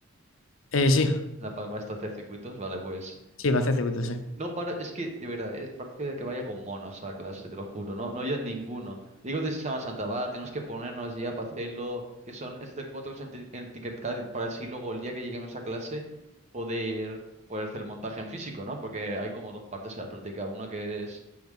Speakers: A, on the left; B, on the right.
A: eh, sí,
B: La pa- para esto hacer circuitos, vale, pues
A: sí, va a hacer circuito, sí.
B: no, para, es que, de verdad, es- parece que vaya con monos a clase, te lo juro. No, no hay ninguno. Digo de Semana Santa, va, tenemos que ponernos ya para hacerlo, que son, es hacer cuatro cosas en, ti- en Tinkercad para así luego el día que lleguemos a clase poder, poder hacer el montaje en físico, ¿no? Porque hay como dos partes en la práctica. Una que es